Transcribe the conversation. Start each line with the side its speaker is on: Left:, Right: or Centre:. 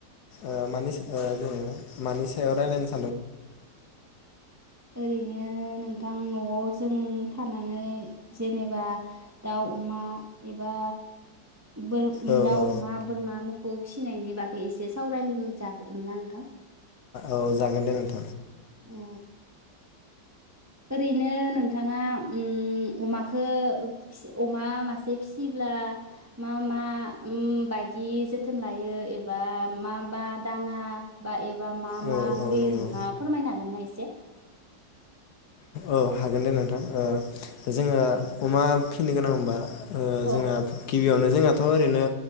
Left: ओ मानि जेनेबा मानि सायाव रायलनो-
Right: ओरैनो नों - नथां न'आव जों थानानै जेनेबा दाउ अमा एबा बोर
Left: औ
Right: दाउ
Left: औ
Right: अमा बोरमा खौ फिसिनायनि बागै एसे सावरायलाइ जागोन ना नोंथां?
Left: औ जागोन दे नोंथां।
Right: ओ ओरैनो नोंथाङा ओम अमखौ अमा मासे फिसियोब्ला मा मा ओम बायदि जोथोन लायो एबा मा मा दाना बा एबा मा
Left: औ
Right: मा
Left: औ
Right: होयो
Left: नंगौ
Right: नोंथाङा फोरमायनो हागोन ना एसे?
Left: औ हागोन दे नोंथां। जोङो अमा फिनो गोनां होनबा ओ
Right: औ
Left: जोंहा गिबियावनो जोंहाथ' ओरैनो